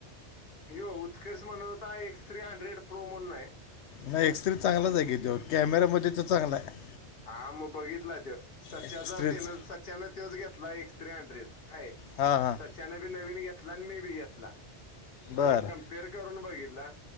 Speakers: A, on the left (about 55°); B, on the left (about 75°).
A: हो उत्कर्ष म्हनवता एक्स थ्री हंड्रेड प्रोमोन नाय.
B: नाही एक्स रे चांगलाच आहे की तो कॅमेऱ्यामध्ये तर चांगला आहे.
A: हा मग बघितला तो सचाचा
B: एक्सरेच
A: ते साच्यान तोच घेतला एस थ्री हंड्रेड काय?
B: हा-हां
A: त्यानं बी नवीन घेतला आणि मी बी घेतला
B: बरं
A: आणि कम्पेअर करून बघितला.